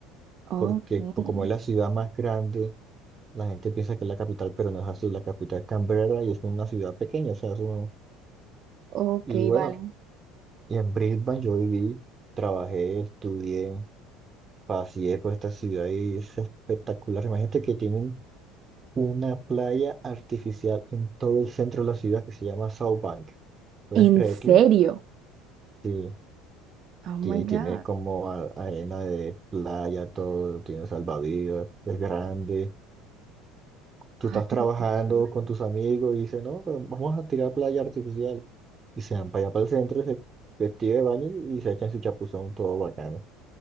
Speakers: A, on the right (about 50°); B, on the right (about 30°).
A: Ok,
B: porque pues, como es la ciudad más grande, La gente piensa que es la capital, pero no es así. La capital es Canberra y es una ciudad pequeña, o sea, eso... no.
A: ok,
B: Y bueno,
A: vale.
B: y en Brisbane yo viví, trabajé, estudié, paseé por esta ciudad y es espectacular. Imagínate que tienen una playa artificial en todo el centro de la ciudad que se llama South Bank. ¿Puedes
A: ¿En
B: creerlo?
A: serio?
B: Sí,
A: Oh my
B: ti-
A: God.
B: tiene como a- arena de playa, todo, tiene salvavidas, es grande. Tú
A: Ay,
B: estás
A: pero
B: trabajando
A: qué chévere.
B: con tus amigos y dices, no, pero vamos a tirar playa artificial. y se van para allá para el centro, se vestido de baño y se echan su chapuzón todo bacano.